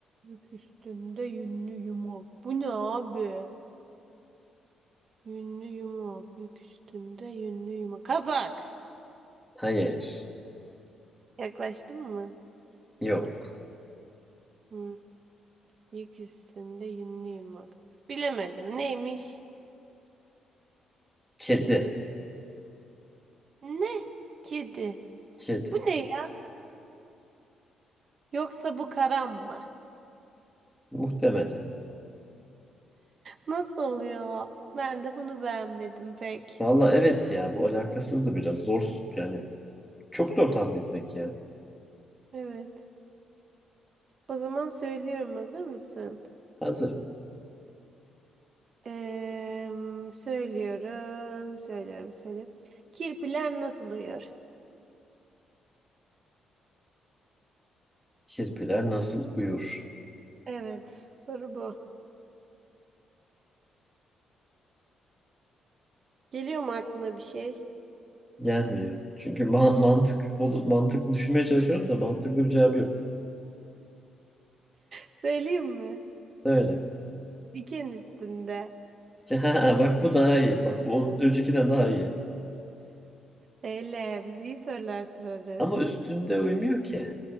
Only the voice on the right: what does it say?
Yük üstünde yünlü yumak. Bu ne abi? Yünlü yumak. Yük üstünde yünlü yumak. Kazak.
Yaklaştın mı?
Hı. Yük üstünde yünlü yumak. Bilemedim. Neymiş?
Ne? Kedi.
Bu ne ya? Yoksa bu karam mı?
Nasıl oluyor? Ben de bunu beğenmedim pek.
Evet. O zaman söylüyorum. Hazır mısın?
Eee, söylüyorum, söylüyorum, söylüyorum. Kirpiler nasıl uyuyor?
Evet, soru bu. Geliyor mu aklına bir şey?
<laughs> Söyleyeyim mi?
Diken üstünde.
Eyle, biz iyi sorular sorarız.